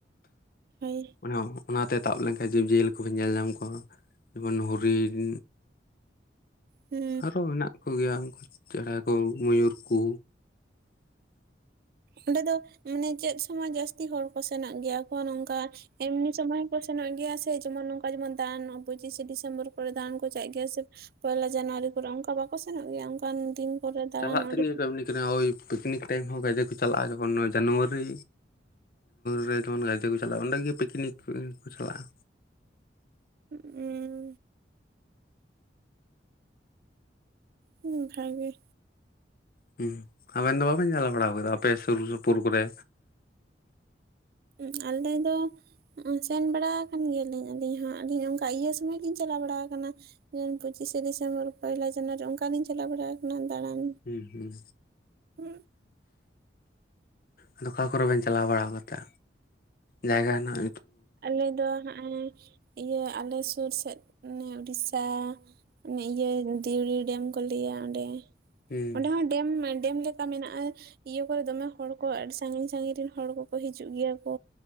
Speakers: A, on the right; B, on the left.
A: ᱦᱳᱭ
B: ᱚᱱᱟ ᱚᱱᱟᱛᱮ ᱛᱟᱵ ᱞᱮᱱᱠᱷᱟᱱ ᱡᱤᱵᱽᱼᱡᱤᱭᱟᱹᱞᱤ ᱠᱚᱵᱚᱱ ᱧᱮᱞ ᱧᱟᱢ ᱠᱚᱣᱟ ᱡᱮᱢᱚᱱ ᱦᱚᱨᱤᱱ
A: ᱦᱩᱸ
B: ᱟᱨᱚ ᱢᱮᱱᱟᱜ ᱠᱚᱜᱮᱭᱟ ᱩᱱᱠᱩ ᱪᱮᱬᱮ ᱠᱚ ᱢᱚᱭᱩᱨ ᱠᱚ
A: ᱚᱸᱰᱮ ᱫᱚ ᱢᱟᱱᱮ ᱪᱮᱫ ᱥᱚᱢᱚᱭ ᱡᱟᱹᱥᱛᱤ ᱦᱚᱲ ᱠᱚ ᱥᱮᱱᱚᱜ ᱜᱮᱭᱟ ᱠᱚ ᱱᱚᱝᱠᱟ ᱮᱢᱱᱤ ᱥᱚᱢᱚᱭ ᱠᱚ ᱥᱮᱱᱚᱜ ᱜᱮᱭᱟ ᱥᱮ ᱡᱮᱢᱚᱱ ᱱᱚᱝᱠᱟ ᱡᱮᱢᱚᱱ ᱫᱟᱬᱟᱱ ᱱᱚᱜ ᱯᱚᱸᱪᱤᱥᱮ ᱰᱤᱥᱮᱢᱵᱚᱨ ᱠᱚᱨᱮ ᱫᱟᱬᱟᱱ ᱠᱚ ᱪᱟᱜ ᱜᱮᱭᱟ ᱥᱮ ᱯᱚᱭᱞᱟ ᱡᱟᱱᱩᱣᱟᱨᱤ ᱠᱚᱨᱮ ᱚᱱᱠᱟ ᱵᱟᱠᱚ ᱥᱮᱱᱚᱜ ᱜᱮᱭᱟ ᱚᱱᱠᱟᱱ ᱫᱤᱱ ᱠᱚᱨᱮ ᱫᱟᱬᱟᱱ
B: ᱪᱟᱞᱟᱜ ᱛᱟᱦᱮᱱ
A: ᱚᱸᱰᱮ
B: ᱜᱮᱭᱟ ᱠᱚ ᱮᱢᱤ ᱠᱟᱱᱟ ᱳᱭ ᱯᱤᱠᱱᱤᱠ ᱴᱟᱭᱤᱢ ᱦᱚᱸ ᱜᱟᱮ ᱠᱚ ᱪᱟᱞᱟᱜᱼᱟ ᱡᱮᱢᱚᱱ ᱡᱟᱱᱩᱣᱟᱨᱤ ᱨᱮ ᱡᱮᱢᱚᱱ ᱜᱟᱛᱮ ᱠᱚ ᱪᱟᱞᱟᱜᱼᱟ ᱚᱸᱰᱮ ᱜᱮ ᱯᱤᱠᱱᱤᱠ ᱠᱚ ᱪᱟᱞᱟᱜᱼᱟ
A: ᱦᱮᱸ ᱦᱩᱸ ᱵᱷᱟᱜᱮ
B: ᱦᱩᱸ ᱟᱵᱮᱱ ᱫᱚ ᱵᱟᱵᱮᱱ ᱪᱟᱞᱟᱣ ᱵᱟᱲᱟ ᱟᱠᱟᱱᱟ ᱟᱯᱮ ᱥᱩᱨ ᱥᱩᱯᱩᱨ ᱠᱚᱨᱮ
A: ᱩᱸ ᱟᱞᱮ ᱫᱚ ᱥᱮᱱ ᱵᱟᱲᱟ ᱟᱠᱟᱱ ᱜᱮᱭᱟᱞᱤᱧ ᱟᱹᱞᱤᱧ ᱦᱚᱸ ᱟᱹᱞᱤᱧ ᱚᱱᱠᱟ ᱤᱭᱟᱹ ᱥᱚᱢᱚᱭ ᱞᱤᱧ ᱪᱟᱞᱟᱣ ᱵᱟᱲᱟ ᱟᱠᱟᱱᱟ᱾ ᱮ ᱯᱚᱸᱪᱤᱥᱮ ᱰᱤᱥᱮᱢᱵᱚᱨ ᱯᱚᱭᱞᱟ ᱡᱟᱱᱩᱣᱟᱨᱤ ᱚᱱᱠᱟ ᱞᱤᱧ ᱪᱟᱞᱟᱣ ᱵᱟᱲᱟ ᱟᱠᱟᱱᱟ ᱫᱟᱬᱟᱱ᱾
B: ᱦᱩᱸ ᱦᱩᱸ
A: ᱦᱩᱸ
B: ᱟᱫᱚ ᱚᱠᱟ ᱠᱚᱨᱮ ᱵᱮᱱ ᱪᱟᱞᱟᱣ ᱵᱟᱲᱟ ᱠᱟᱛᱮ ᱡᱟᱭᱜᱟ ᱦᱮᱱᱟᱜ
A: ᱟᱞᱮ ᱫᱚ ᱦᱟᱜᱼᱚᱭ ᱤᱭᱟᱹ ᱟᱞᱮ ᱥᱩᱨ ᱥᱮᱫ ᱚᱱᱮ ᱩᱲᱤᱥᱥᱟ ᱚᱱᱮ ᱤᱭᱟᱹ ᱫᱤᱣᱲᱤ ᱰᱮᱢ ᱠᱚ ᱞᱟᱹᱭᱟ ᱚᱸᱰᱮ
B: ᱦᱩᱸ
A: ᱚᱸᱰᱮ ᱦᱚᱸ ᱰᱮᱢ ᱢᱟ ᱰᱮᱢ ᱞᱮᱠᱟ ᱢᱮᱱᱟᱜᱼᱟ ᱤᱭᱟᱹ ᱠᱚᱨᱮ ᱫᱚᱢᱮ ᱦᱚᱲ ᱠᱚ ᱟᱹᱰᱤ ᱥᱟᱹᱜᱤᱧ ᱥᱟᱹᱜᱤᱧ ᱨᱮᱱ ᱦᱚᱲ ᱠᱚᱠᱚ ᱦᱤᱡᱩᱜ ᱜᱮᱭᱟ ᱠᱚ